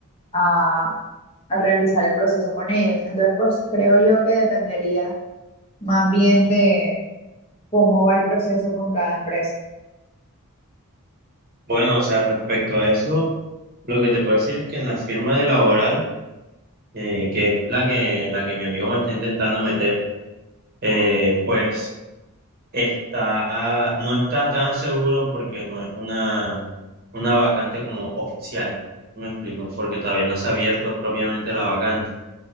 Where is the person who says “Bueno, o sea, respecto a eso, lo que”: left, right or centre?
Right